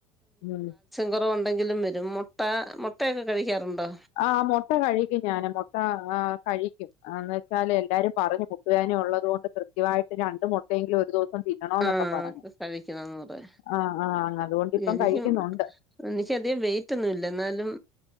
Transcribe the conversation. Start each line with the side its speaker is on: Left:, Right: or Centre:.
Left: ഉം
Centre: കുറവ് ഉണ്ടെങ്കിലും വരും മുട്ട മുട്ടയൊക്കെ കഴിക്കാറുണ്ടോ
Left: ആഹ് മൊട്ട കഴിക്കും ഞാന് മൊട്ട ആഹ് കഴിക്കുംന്ന് വെച്ചാലെ എല്ലാരും പറഞ്ഞു മു - ട്ടുവേദന ഉള്ളതു കൊണ്ട് കൃത്യവാ യിട്ട് രണ്ട് മൊട്ടയെങ്കിലും ഒരു ദിവസം തി - ന്നണോന്നൊക്ക
Centre: ആഹ്
Left: പറഞ്ഞ്
Centre: കഴിക്കണന്ന് പറയാ
Left: ആഹ് ആഹ് അതുകൊണ്ട് ഇപ്പം
Centre: എനിക്കും
Left: കഴിക്കുന്നൊണ്ട്
Centre: എനിക്കധികം വെയിറ്റ് ഒന്നുംല്ല എന്നാലും